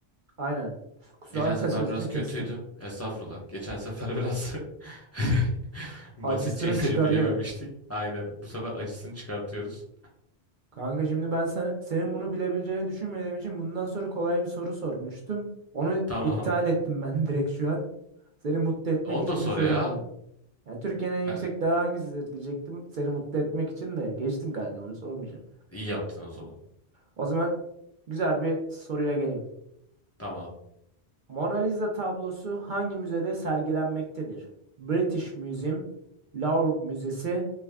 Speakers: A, on the right; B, on the left.
A: aynen. Kusura
B: geçen
A: bakma
B: sefer
A: <laughs> sözünü
B: biraz
A: kestim.
B: kötüydüm. Estağfurullah. Geçen sefer biraz <laughs> basit
A: Acısını
B: şeyleri
A: çıkarıyorsun.
B: bilememiştik. Aynen. Bu sefer acısını çıkartıyoruz.
A: Kanka şimdi ben sen, senin bunu bilebileceğini düşünmediğim için bundan sonra kolay bir soru sormuştum. Onu
B: Tamam.
A: iptal ettim ben <laughs> direkt şu an. Seni mutlu etmek
B: Onu
A: için
B: da sor
A: bir sorum
B: ya.
A: var. Ya Türkiye'nin en yüksek
B: He,
A: dağı hangisidir diyecektim. Seni mutlu etmek için de geçtim kanka bunu sormayacağım.
B: iyi yaptın o zaman.
A: O zaman güzel bir soruyla geleyim.
B: Tamam.
A: Mona Lisa tablosu hangi müzede sergilenmektedir? British Museum, Louvre Müzesi,